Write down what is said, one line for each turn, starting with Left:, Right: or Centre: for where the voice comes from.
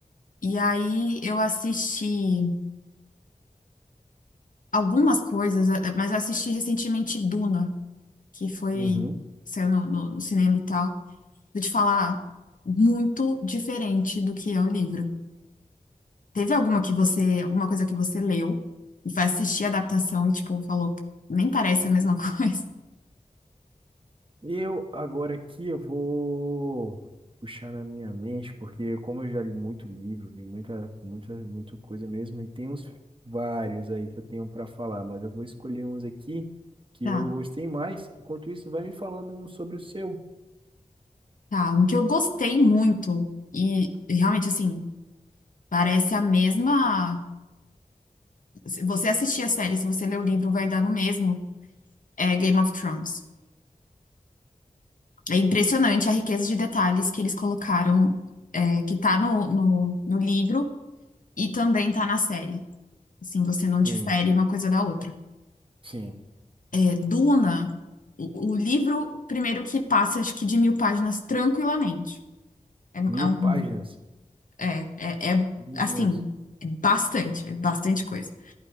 Left: E aí eu assisti algumas coisas, eh, eh, mas eu assisti recentemente Duna, que foi,
Right: Uhum.
Left: saiu no, no- no cinema e tal. Vou te falar, muito diferente do que é o livro. Teve alguma que você, alguma coisa que você leu e foi assistir a adaptação e, tipo, falou, nem parece a mesma <laughs> coisa.
Right: Eu, agora aqui, eu vou puxar na minha mente, porque como eu já li muito livro, vi muita, muita, muita coisa mesmo, e tem uns vários aí que eu tenho pra falar, mas eu vou escolher uns aqui que
Left: Tá,
Right: eu gostei mais. Enquanto isso, vai me falando um sobre o seu.
Left: tá. Um que eu gostei muito. E e realmente, assim. Parece a mesma. Se você assistir a série, se você ler o livro, vai dar no mesmo. É Game of Thrones. É impressionante a riqueza de detalhes que eles colocaram, é, que tá no, no, no livro e também tá na série. Assim, você não
Right: Sim,
Left: difere uma coisa da outra.
Right: sim.
Left: É, Duna, o, o livro, primeiro que passa, acho que de mil páginas tranquilamente. É,
Right: Mil
Left: é um.
Right: páginas.
Left: É, é, é
Right: Meu
Left: assim,
Right: Deus.
Left: é bastante, é bastante coisa.